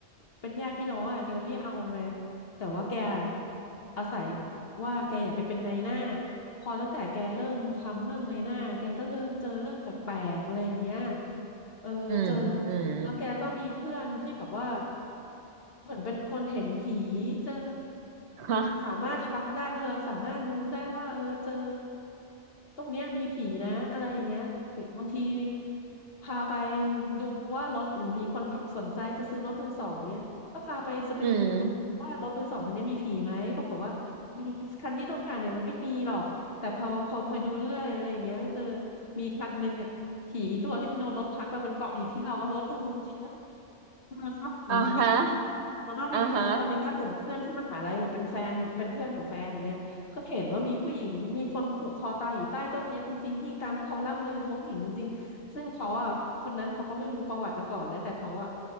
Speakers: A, on the left (about 60°); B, on the right (about 75°).
A: เป็นญาติพี่น้องอ่ะแกไม่เอาไงแต่ว่าแกอาศัยว่าแกอยากไปเป็นนายหน้าพอตั้งแต่แกเริ่มทำเรื่องนายหน้าแกก็เริ่มเจอเรื่องแปลกๆอะไรอย่างเงี้ย เออเจอ
B: อืมอืม
A: แล้วแกก็มีเพื่อนที่แบบว่าเหมือนเป็นคนเห็นผีเจอ
B: ฮะ
A: สามารถทักได้เออสามารถรู้ได้ว่าเออเจอตรงเนี้ยมีผีนะอะไรอย่างเงี้ยบางทีพาไปดูว่ารถเนี่ยมีคนแบบสนใจจะซื้อรถมือสองเนี้ยก็พาไปจะไปดูรถว่ารถมือสองคันนี้มีผีไหมปรากฏว่าอืมคันที่ต้องการเนี่ยมันไม่มีหรอกแต่พอพอพอดูเรื่อยอะไรอย่างเงี้ยเจอ
B: อืม
A: มีคันหนึ่งอ่ะ ผีตัวที่มันโดนรถทับอะมันเกาะอยู่ที่ล้อรถอะไรอย่างเงี้ยเออครับเห็นอย่างนั้น
B: อ่าฮะ
A: แล้วก็มีเพื่อนอีกคนนึงก็เห็นเพื่อนที่มหาลัยแบบเป็นแฟนเป็นเพื่อนของแฟนอย่างเงี้ยก็เห็นว่ามีผู้หญิงมีคนผูกคอตายอยู่ใต้ต้นเนี้ยจริงๆที่ตามที่เขาล่ำลือเขาเห็นจริงๆซึ่งเขาอ่ะคนนั้นเขาก็ไม่รู้ประวัติมาก่อนนะแต่เขาอ่ะ
B: อ่าฮะ